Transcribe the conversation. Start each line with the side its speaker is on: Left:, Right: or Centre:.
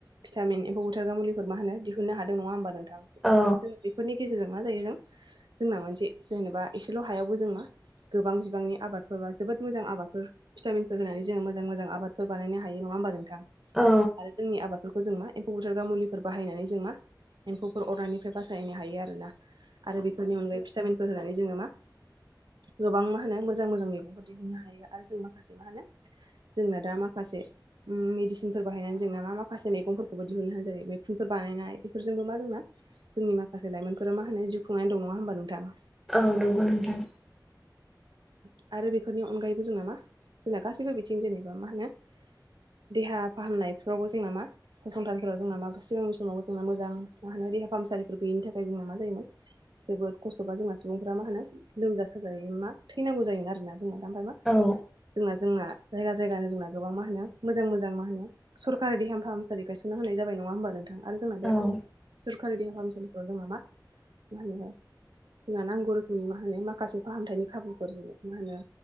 Right: भिटामिन एम्फौ बुथारग्रा मुलिफोर मा होनो दिहुननो हादों नङा होमबा नोंथां
Centre: औ
Right: जों बेफोरनि गेजेरजों मा जायो जों जोंना मोनसे जेनेबा एसेल' हायावबो जों मा गोबां बिबांनि आबादफोरबा जोबोद मोजां आबादफोर भिटामिनफोर होनानै जोङो मोजांङै मोजां आबादफोर बानायनो हायो नङा होमबा नोंथां
Centre: औ
Right: आरो जोंनि आबादफोरखौ जों मा एम्फौ बुथारग्रा मुलिफोर बाहायनानै जों मा एम्फौ बे अरनिफ्राय बासायनो हायो आरोना आरो बेफोरनि अनगायै भिटामिनफोर होनानै जोङो मा गोबां मा होनो मोजां मोजां मैगंफोर दिहुननो हायो आरो जों माखासे मा होनो जोंना दा माखासे मेदिसिनफोर बाहायनानै जोंना मा माखासे मैगंफोरखौबो दिहुननो होनानो जायो मैखुनफोर बानायनाय बेफोरजोंबो मा जोंना जोंनि माखासे लाइमोनफोरा मा होनो जिउ खुंनानै दं नङा होमबा नोंथां
Centre: औ नंगौ नोंथां
Right: <inaudible> आरो बेफोरनि अनगायैबो जोंना मा जोंना गासैबो बिथिं जेनेबा मा होनो देहा फाहामनायफ्रावबो जोंना मा फसंथानफोराव जोंना मा सिगांनि समावबो जोंना मोजां मा होनो देहा फाहामसालिफोर गैयिनि थाखाय जोंना मा जायोमोन जोबोद खस्थ'बा जोंना सुबुंफोरा मा होनो लोमजा साजायाव मा थैनांगौ जायोन आरोना जोंना दा ओमफ्राय मा
Centre: औ
Right: जोंना जोंना जायगा जायगानो जोंना गोबां मा होनो मोजां मोजां मा होनो सरकारि देहा फाहामसालि गायसनना होनाय जाबाय नङा होमबा नोंथां आरो जोंना बे
Centre: औ
Right: खारि देहा फाहामसालिफ्राव जोंना मा मा होनो जोंहा नांगौ रोखोमनि मा होनो माखासे फाहामथायनि खाबुफोर जों मा होनो